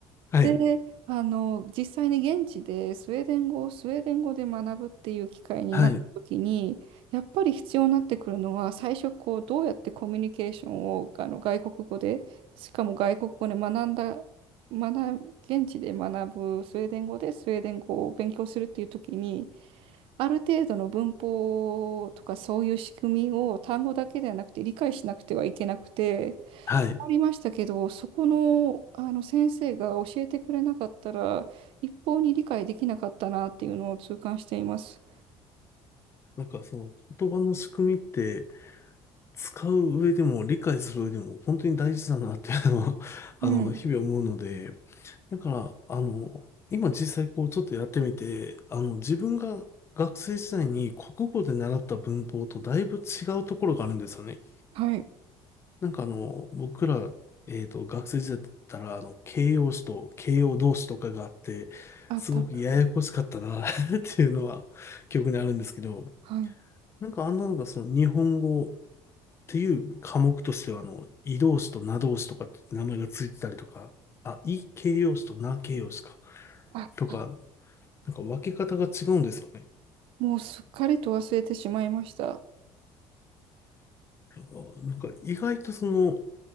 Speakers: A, on the left (about 25°); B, on the right (about 65°).
A: はい。
B: で、あの、実際に現地でスウェーデン語をスウェーデン語で学ぶっていう機会になった時に、
A: はい。
B: やっぱり必要になってくるのは、最初こう、どうやってコミュニケーションをあの外国語で、しかも外国語で学んだ、学、現地で学ぶスウェーデン語でスウェーデン語を勉強するっていう時に、ある程度の文法とかそういう仕組みを単語だけではなくて理解しなくてはいけなくて、
A: はい。
B: 学りましたけど、そこの、あの先生が教えてくれなかったら、一方に理解できなかったなっていうのを痛感しています。
A: なんかその言葉の仕組みって使う上でも理解する上でも本当に大事だなっていうのは <laughs> あの、
B: うん。
A: 日々思うので、だから、あの、今実際こうちょっとやってみて、あの、自分が学生時代に国語で習った文法とだいぶ違うところがあるんですよね。
B: はい。
A: なんかあの、僕ら、えっと、学生時代だったら、あの、形容詞と形容動詞とかがあって、
B: あった。
A: すごくややこしかったな <laughs> っていうのは記憶にあるんですけど、
B: はい。
A: なんかあんなのがその日本語っていう科目としてはあの、移動詞と名動詞とかって名前がついてたりとか、あ、い形容詞とな形容詞か、
B: あった。
A: とか、なんか分け方が違うんですよね。
B: もうすっかりと忘れてしまいました。
A: あなんか意外とその、